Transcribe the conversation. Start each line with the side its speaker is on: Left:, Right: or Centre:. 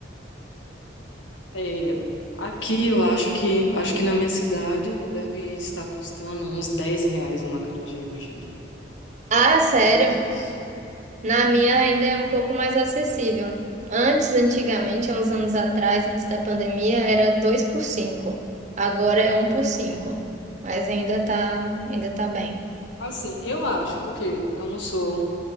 Left: É, aqui eu acho que acho que na minha cidade deve estar custando uns 10 reais um acarajé hoje em dia.
Right: Ah, sério?
Left: É mais ou menos isso.
Right: Na minha ainda é um pouco mais acessível. Antes, antigamente, há uns anos atrás, antes da pandemia, era 2 por 5. Agora é um por 5. Mas ainda tá, ainda tá bem.
Left: Assim, eu acho, porque eu não sou